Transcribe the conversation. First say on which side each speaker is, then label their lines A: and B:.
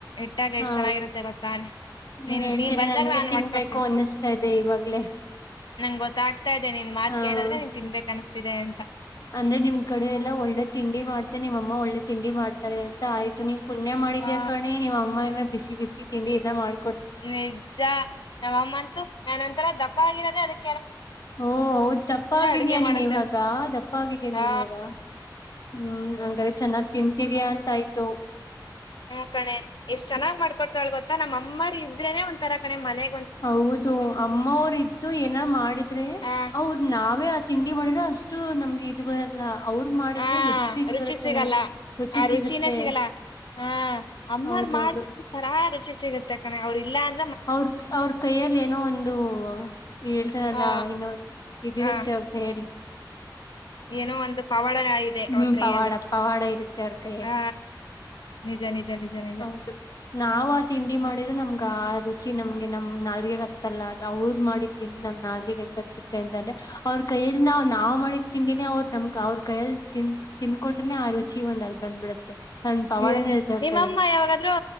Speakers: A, on the left; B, on the left.
A: ಇಟ್ಟಾಗ
B: ಹಾ
A: ಎಷ್ಟ್ ಚೆನ್ನಾಗಿರುತ್ತೆ ಗೊತ್ತ
B: ನೀನ್
A: ನಿನ್
B: ಹೇಳ್ತೀರ
A: ನೀ ಬಂದಾಗ್ಲ
B: ನನ್ಗೆ
A: ನಾನನ
B: ತಿನ್ಬೇಕು
A: ಮಾಡ್ಕೊಡ್ತೀನಿ
B: ಅನ್ನಿಸ್ತಾ ಇದೆ ಇವಾಗ್ಲೇ
A: ನಂಗ್ ಗೊತ್ತಾಗ ಾದೆ ನೀನ್ ಮಾತ್
B: ಹಾ
A: ಕೇಳಿದ್ರೆನ್ ತಿನ್ಬೇಕು ಅಷ್ಟಿದೆ ಅಂತ
B: ಅಂದ್ರೆ ನಿಮ್ ಕಡೆ ಎಲ್ಲಾ ಒಳ್ಳೆ ತಿಂಡಿ ಮಾಡ್ತೆ ನಿಮ್ಮಮ್ಮ ಒಳ್ಳೆ ತಿಂಡಿ ಮಾಡ್ತಾರೆ ಅಂತ ಆಯ್ತು ನೀ್ ಪುಣ್ಯ ಮಾಡಿದ್ಯಾ
A: ಆ
B: ಕಣೆ ನೀವು ಅಮ್ಮನ ಬಿಸಿ ಬಿಸಿ ತಿಂಡಿ ಇದನ್ನ ಮಾಡ
A: ನಿಜ ನಮ್ಮಮ್ಮಂತು ನನ್ಂತರ ದಪ್ಪ ಪದೆ
B: ಹ ಹೌದ ದಪ್ಪಾಗಿದಯ
A: ಅಡ್ಗೆ
B: ನೀನ್
A: ಮಾಡತ್ತೆ
B: ಇವಾಗ ದಪ್ಪಾಗಿದೀ ನೀನ್
A: ಆ
B: ಇವಾಗ ಹ್ಮ್ ಹಂಗ್ರ ಚೆನ್ನಾಗ್ ತಿಂತಿದಯಾ ಅಂತ ಆಯ್ತು
A: ಹ್ಮ್ ಕಣೆ ಎಷ್ಟ್ ಚೆನ್ನಾಗ ಮಾಡ್ಕೊಡ್ತಾವವಳಳ್ ಗೊತ್ತಾ ನಮ್ಮ ಅಮ್ಮರ್ ಇದ್ರೇನೆ ಒಂತರ ಕಣೆ ಮನೆ
B: ಹೌದು ಅಮ್ಮವ್ರ ಇದ್ದು ಏನ ಮಾಡಿದ್ರೆ
A: ಆ
B: ಅವ್ರ ನಾವೇ ತಿಂಡಿ ಮಾಡಿದ ಅಷ್ಟು ನಮ್ಗೆ ಇದು ಬರಲ್ಲ ಅವ್ರ ಮಾಡಿದ್ರೆ
A: ಹಾ
B: ಎಷ್ಟು ಇದು
A: ರುಚಿ
B: ಬರುತ್ತೆ
A: ಸಿಗಲ್ಲ
B: ನಮ್ಗೆ ರುಚಿ
A: ಆ
B: ಸಿಗುತ್ತೆ
A: ರುಚಿನೇ ಸಿಗಲ್ಲ ಹಾ ಅಮ್ಮರ್
B: ಹೌದೌದು
A: ಮಾಡ್ರ ತರಾ ಸಿಗುತ್ತೆಣ ಅವ್ರ ಇಲ್ಲ ಅ
B: ಅವ್ರ ಅವ್ರ ಕೈಯಲ್ಲಿ ಏನೋ ಒಂದು ಹೇಳ್ತಾರಲ್ಲ
A: ಆ
B: ಏನೋ ಇದಿರುತ್ತೆ
A: ಆ
B: ಅವ್ರ ಕೈಯ್ಯಲ್ಲಿ
A: ಏನೋ ಒಂದು ಪವಾಡ ಇದೆ
B: ಹ್ಮ್
A: ಅವ್ರ ಕೈಯಲ್ಲಿ
B: ಪವಾಡ ಪವಾಡ ಇರುತ್ತ ಅವರ ಕೈಯಲ್ಲಿ
A: ಆ ನಿಜ ನಿಜ ನಿಜ ನಿಜ
B: ಹೌದು ನಾವ್ ಆ ತಿಂಡಿ ಮಾಡಿದ್ರೆ ನಮ್ಗ ರುಚಿ ನಮ್ಗೆ ನಮ್ ನಾಲ್ಗೆಗ್ ಅತ್ತಲ್ಲ ಅವ್ರು ಮಾಡಿ ತಿಿ ನಮ ನಾಗ್ ಹೆಂಗತ್ತತ್ತ ಅಂತಂದ್ರೆ ಅವ್ರ ಕೈಯಲ್ಲಿ ನಾವ ನಾವ್ ಮಾಡಿ ತಿಂಡಿನೇ ಅವ್ರು ನಮ್ಗ್ ಅವ್ರ ಕೈಯಲ್ಲಿ ತಿನ್ ತಿಂದಕೊಂಡ್ರೆನೆ ಆ ರುಚಿ ಒಂದ ಅಲ್ಲಿ ಬಂದ್ಬಿಡುತ್ತೆ ಅಂದ ಪವಾಡನ
A: ನಿಜ.
B: ಹೇಳ್ತ
A: ನಿಮ್ಮಮ್ಮ ಯಾವಾಗಾದ್ರೂ